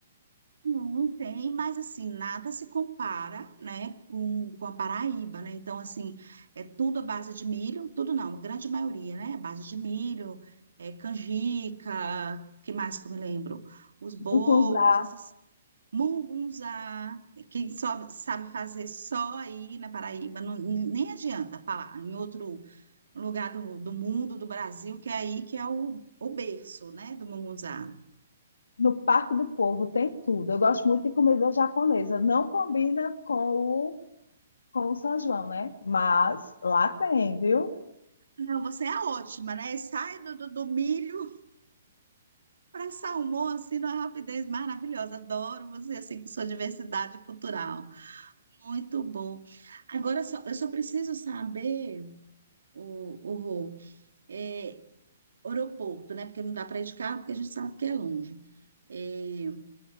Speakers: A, on the right; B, on the left.
A: Não, não tem, mas assim, nada se compara, né, com, com a Paraíba, né? Então, assim, é tudo à base de milho, tudo não, a grande maioria, né? À base de milho, é, canjica, que mais que eu me lembro? Os bolos,
B: Mungunzá,
A: essas mungunzá, que só sabe fazer só aí na Paraíba, não, nem adianta falar em outro lugar do, do mundo, do Brasil, que é aí que é o, o berço, né, do munguzá.
B: no Parque do Povo tem tudo. Eu gosto muito de comida japonesa. Não combina com o, com o São João, né? Mas lá tem, viu?
A: Não, você é ótima, né? Sai do, do, do milho <laughs> para salmão, assim, numa rapidez maravilhosa. Adoro você, assim, com sua diversidade cultural. Muito bom. Agora, só, eu só preciso saber, o, o Rô, é, aeroporto, né? Porque não dá para ir de carro, porque a gente sabe que é longe. É,